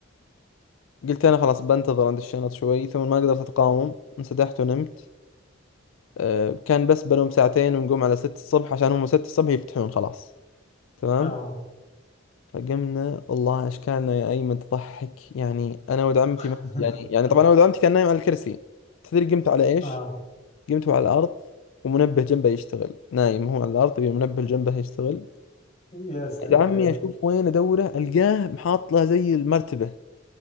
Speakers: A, on the left (about 75°); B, on the left (about 35°).
A: قلت أنا خلاص بنتظر عند الشنط شوي ثم ما قدرت أتقاوم انسدحت ونمت أه كان بس بنوم ساعتين ونقوم على ست الصبح عشان هم ست الصبح يفتحون خلاص تمام
B: اه
A: فقمنا والله أشكالنا يا أيمن تضحك يعني أنا ولد عمتي
B: <laughs>
A: ما يعني يعني طبعا أنا ولد عمتي كان نايم على الكرسي تدري قمت على إيش؟
B: اه
A: قمت على الأرض ومنبه جنبه يشتغل نايم هو على الأرض والمنبه جنبه يشتغل
B: يا ساتر
A: ولد عمي
B: يا رب
A: أشوف وين أدوره ألقاه محاط له زي المرتبة